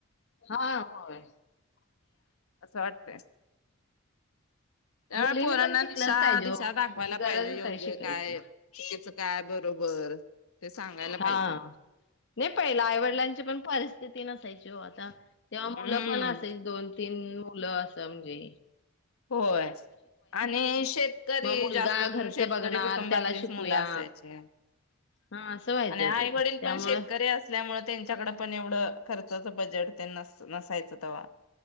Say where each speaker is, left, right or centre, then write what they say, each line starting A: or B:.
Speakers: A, on the left; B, on the left.
A: हा होय.
B: असं वाटतय त्यामुळे
A: मुलींनी
B: पोरांना
A: पण शिकलंच
B: दिशा
A: पाहिजे
B: दिशा
A: हो
B: दाखवायला
A: गरजच
B: पाहिजे योग्य
A: आहे शिकायची.
B: काय, चुकीच काय, बरोबर ते सांगायला
A: हा
B: पाहिजे
A: नाही पहिला आईवडिलांची पण परिस्थिती ती नसायची ओ आता तेव्हा मुलं
B: हम्म
A: पण असेच दोन तीन मुलं असं ते
B: होय, आणि शेतकरी
A: मग मुलगा
B: जास्त
A: घरचं
B: करून शेतकरी
A: बघणार
B: कुटुंबातलीच
A: त्याला शिकूया.
B: मुलं असायचे
A: हा असं व्हायचं
B: आणि आईवडील
A: ते त्यामुळं
B: पण शेतकरी असल्यामुळे त्यांच्याकडं पण एवढं खर्चाच बजेट ते नस नसायचं तेव्हा